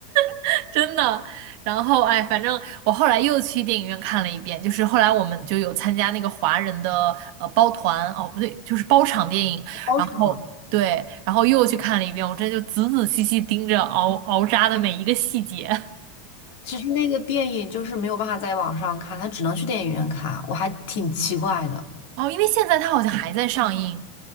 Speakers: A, on the right; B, on the left.
A: <laughs> 真的。然后哎，反正我后来又去电影院看了一遍，就是后来我们就有参加那个华人的呃包团，哦不对，就是包场电影。
B: <laughs> 包场。
A: 然后对，然后又去看了一遍，我真的就仔仔细细盯着敖敖渣的每一个细节。<laughs>
B: 其实那个电影就是没有办法在网上看，它只能去电影院看，我还挺奇怪的。
A: 哦，因为现在它好像还在上映，